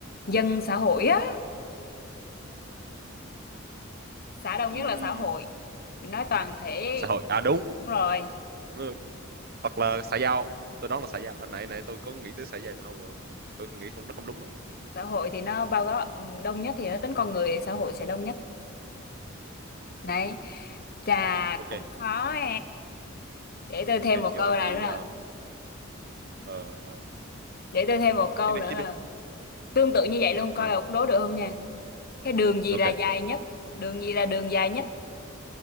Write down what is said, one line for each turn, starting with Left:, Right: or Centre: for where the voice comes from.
Left: dân xã hội á xã đông nhất
Right: Ừm,
Left: là xã hội mình nói toàn thể
Right: xã hội à đúng.
Left: đúng rồi
Right: Ừ, Hoặc là xã giao Tôi đoán là xã giao Hồi nãy nãy tôi có nghĩ tới xã giao mà tôi nghĩ không nó không đúng đó.
Left: xã hội thì nó bao gồm ừm, đông nhất thì nó tính con người xã hội sẽ đông nhất đấy chà
Right: Ok.
Left: cũng khó à để tôi
Right: ok
Left: thêm một
Right: giờ
Left: câu này
Right: thì
Left: nữa là
Right: ờ, ờ, ờ,
Left: để tôi thêm một câu
Right: tiếp đi
Left: nữa
Right: tiếp
Left: là
Right: đi
Left: tương tự như vậy luôn coi
Right: ừ.
Left: ông đố được không nha cái đường gì
Right: ok
Left: là dài nhất đường gì là đường dài nhất